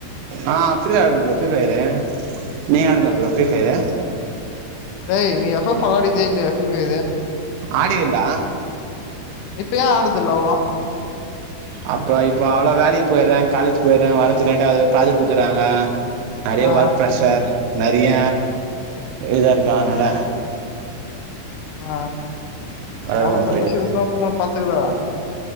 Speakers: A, on the right; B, on the left.
A: ஆ ப்ரியா வெளயாடுவே ப்ரோ ப்ரி பயரு நீ ஆடுதா ப்ரோ ப்ரிபயரு
B: ஏய் நீ எப் ஃபப் வெலாடிக்கிது இல்லியா ஃப்ரி பயரு
A: ஆடிகேன்டா
B: இப்ப ஏ ஆட்றதுல்ல அவ்ளோவா
A: அப்றோ இப்போ அவ்ளோ வேலைக் போய்றே காலேஜ் போய்ட்றே வர்றத்துக்கு லெட்டாவது ப்ராஜெட் குடுத்துர்றாங்கோ நெறைய
B: ஆ,
A: ஒர்க் ப்ரெஷர் நெறைய இதா இருக்கு அத்னால
B: ஆ
A: வெளாட
B: அவ்ளோ
A: முடில
B: ப்ரஷருந்தா
A: போயிட்டு
B: ப்ரோ பாத்துக்லா